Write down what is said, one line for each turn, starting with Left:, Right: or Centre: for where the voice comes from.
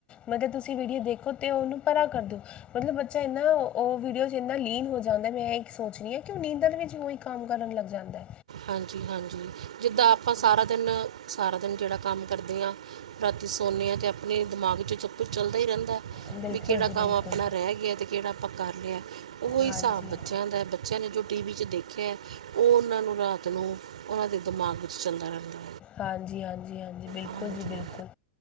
Left: ਮਤਲਬ ਤੁਸੀਂ ਵੀਡੀਓ ਦੇਖੋ ਤੇ ਓਨੂੰ ਪਰਾ ਕਰ ਦੋ, ਮਤਲਬ ਬੱਚਾ ਏਨਾਂ ਓ ਓ ਵੀਡੀਓਜ਼ 'ਚ ਇੰਨਾ ਲੀਨ ਹੋ ਜਾਂਦਾ, ਮੈਂ ਏਈ ਸੋਚ ਰੀ ਆਂ ਕਿ ਓ ਨਿੰਦਰ 'ਚ ਵੀ ਓਈ ਕੰਮ ਕਰਨ ਲੱਗ ਜਾਂਦਾ।
Right: ਹਾਂਜੀ-ਹਾਂਜੀ, ਜਿੱਦਾਂ ਆਪਾਂ ਸਾਰਾ ਦਿਨ, ਸਾਰਾ ਦਿਨ ਜੇੜਾ ਕੰਮ ਕਰਦੇ ਆਂ। ਰਾਤੀ ਸੌਨੇ ਆਂ ਤੇ ਅਪਨੇ ਦਿਮਾਗ 'ਚ ਸਭ ਕੁਛ ਚੱਲਦਾ ਈ ਰਹਿੰਦਾ ਐ।
Left: ਬਿਲਕੁਲ
Right: ਵੀ ਕੇੜਾ
Left: ਜੀ,
Right: ਕੰਮ
Left: ਬਿਲਕੁਲ।
Right: ਅਪਣਾ ਰਹਿ ਗਿਆ ਤੇ ਕੇੜਾ ਆਪਾਂ ਕਰ ਲਿਆ ਓਈ
Left: ਹਾਂਜੀ।
Right: ਹਿਸਾਬ ਬੱਚਿਆਂ ਦਾ ਬੱਚਿਆਂ ਨੇ ਜੋ ਟੀ ਵੀ 'ਚ ਦੇਖਿਆ, ਓ ਓਨਾਂ ਨੂੰ, ਰਾਤ ਨੂੰ ਓਨਾਂ ਦੇ ਦਿਮਾਗ ਵਿੱਚ ਚੱਲਦਾ ਰਹਿੰਦਾ।
Left: ਹਾਂਜੀ, ਹਾਂਜੀ, ਹਾਂਜੀ ਬਿਲਕੁਲ
Right: ਹਾਂਜੀ
Left: ਜੀ ਬਿਲਕੁਲ।